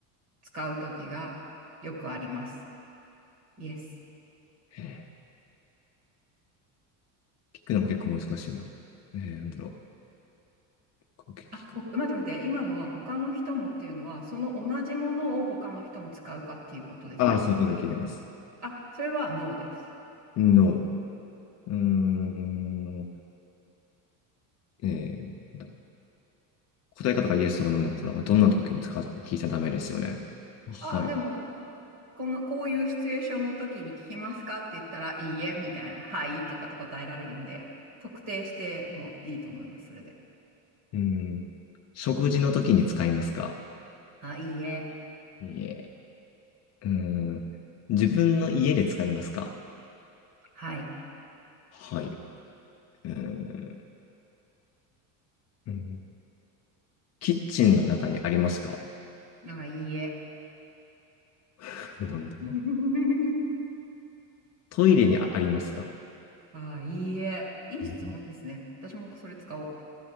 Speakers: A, on the right; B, on the left.
A: 使うときがよくあります。イエス。
B: えー聞くのも結構難しいな。えー、なんだろう。こう聞く。
A: あ、ほ待って待って。今のは他の人もっていうのは、その同じものを他の人も使うかっていうことですか
B: ああ、そういうこと聞いてます。
A: あ、それはノーです。
B: No. うーん。えー、なんだろう答え方がイエスとかノーだから、どんな時に使うとか聞いちゃダメですよね。
A: あ、
B: はい。
A: でも、
B: う
A: この、こういうシチュエーションの時に聞きますかって言ったら、いいえ、みたいな、はい、とかって答えられるんで、特定してもいいと思います、それで。
B: ーん。食事の時に使いますか
A: あ、いいえ、
B: いえうーうん自分の家で使いますか
A: はい。
B: はい。うーんうんキッチンの中にありますか
A: あ、いいえ。
B: <laughs> なんだ
A: <laughs>
B: トイレにありますか
A: あ、いいえ。いい質問ですね。
B: う
A: 私もそれ使おう。